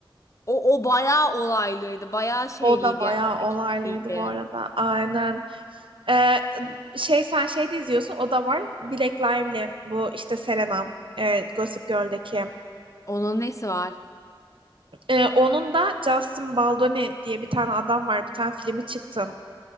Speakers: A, on the left; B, on the right.
A: O, o bayağı olaylıydı. Bayağı şeyliydi
B: O da bayağı
A: yani. Hareketliydi.
B: olaylıydı bu arada. Aynen. Ee, şey sen şey de izliyorsun o da var. Black Lively bu işte Serena e, Gossip Girl'deki.
A: Onun nesi var?
B: Ee, onun da Justin Baldoni diye bir tane adam var. Bir tane filmi çıktı.